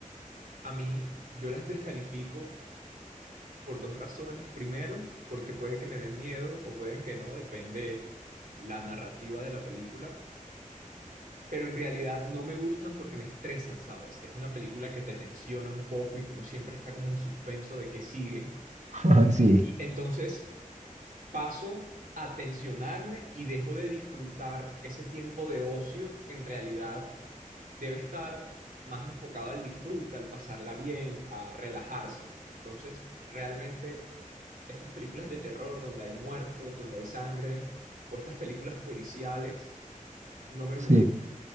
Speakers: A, on the right; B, on the right.
A: A mí, yo las descalifico Por dos razones. Primero, porque puede que me den miedo o pueden que no, depende la narrativa de la película. Pero en realidad no me gustan porque me estresan, ¿sabes? Es una película que te tensiona un poco y que uno siempre está como en suspenso de qué sigue.
B: <laughs> Sí,
A: Y entonces paso a tensionarme y dejo de disfrutar ese tiempo de ocio que en realidad debe estar más enfocado al disfrute, al pasarla bien, a relajarse. Entonces, realmente estas películas de terror donde hay muertos, donde hay sangre, o estas películas policiales, no me gustan.
B: sí.